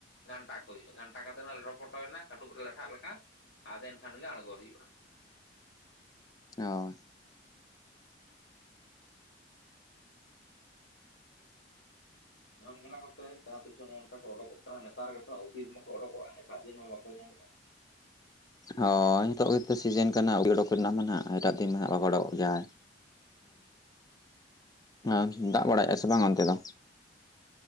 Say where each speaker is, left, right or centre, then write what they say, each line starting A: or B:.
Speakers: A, on the left; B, on the left.
A: ᱜᱷᱟᱱᱴᱟ ᱠᱚ ᱦᱩᱭᱩᱜᱼᱟ ᱜᱷᱟᱱᱴᱟ ᱠᱟᱛᱮ ᱞᱚᱴᱚ ᱯᱚᱴᱚᱭᱮᱱᱟ ᱠᱟᱹᱴᱩᱵ ᱨᱮ ᱞᱟᱴᱷᱟᱜ ᱞᱮᱠᱟ ᱟᱫᱚ ᱮᱱᱠᱷᱟᱱ ᱜᱮ ᱟᱬᱜᱚ ᱦᱩᱭᱩᱜᱼᱟ᱾
B: ᱦᱳᱭ᱾
A: ᱡᱚᱢ ᱜᱮᱞᱟ ᱠᱚᱯᱮ ᱡᱟᱦᱟᱸ ᱛᱤᱥᱼᱚᱸᱜ ᱱᱚᱜᱼᱚᱜ ᱱᱚᱝᱠᱟ ᱠᱚ ᱩᱸᱰᱩᱠᱚᱜ ᱠᱟᱱᱟ ᱱᱮᱛᱟᱨ ᱜᱮᱛᱚ ᱚᱛᱤᱫ ᱢᱟᱠᱚ ᱚᱸᱰᱚᱠᱚᱜᱼᱟ ᱮᱴᱟᱜ ᱫᱤᱱ ᱢᱟᱸ ᱵᱟᱠᱚ ᱧᱟᱢᱚᱜᱼᱟ᱾
B: ᱦᱳᱭ ᱱᱤᱛᱚᱜ ᱜᱮᱛᱚ ᱥᱤᱡᱮᱱ ᱠᱟᱱᱟ ᱩᱞᱤ ᱚᱰᱚᱠ ᱨᱮᱱᱟᱜ ᱢᱟ ᱱᱟᱦᱟᱜ ᱮᱴᱟᱜ ᱫᱤᱱ ᱢᱟ ᱦᱟᱸᱜ ᱵᱟᱠᱚ ᱩᱸᱰᱩᱠᱚᱜ ᱜᱮᱭᱟᱭ᱾ ᱦᱮᱸ ᱟᱸ ᱫᱟᱜ ᱵᱟᱲᱟᱭᱮᱫᱼᱟ ᱥᱮ ᱵᱟᱝ ᱚᱱᱛᱮ ᱫᱚ?